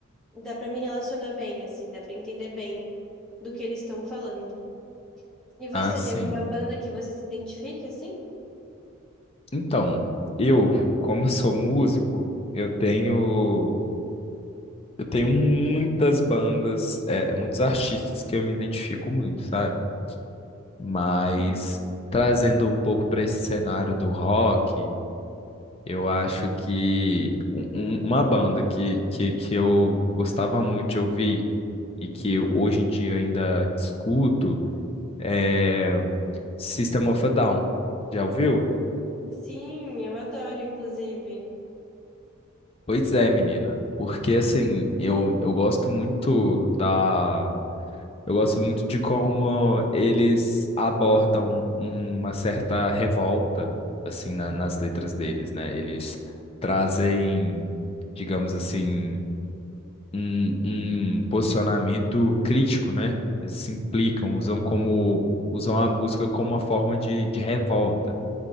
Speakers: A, in the centre; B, on the left.
A: dá pra me relacionar bem, assim, dá pra entender bem do que eles estão falando. E você,
B: Ah, sim.
A: tem alguma banda que você se identifica, assim?
B: Então, eu, como eu sou músico, eu tenho eu tenho muitas bandas, é, é muitos artistas que eu me identifico muito, sabe? Mas
A: Sim.
B: trazendo um pouco para esse cenário do rock, eu acho que um- um- uma banda que, que, que eu gostava muito de ouvir e que eu, hoje em dia ainda escuto é System of a Down. Já ouviu?
A: Hum, sim, eu adoro, inclusive.
B: Pois é, menina, porque assim, eu, eu gosto muito da. Eu gosto muito de como eles abordam uma certa revolta, assim, na- nas letras deles, né? Eles trazem, digamos assim, um, um posicionamento crítico, né? Eles se implicam, usam como, usam a música como uma forma de, de revolta.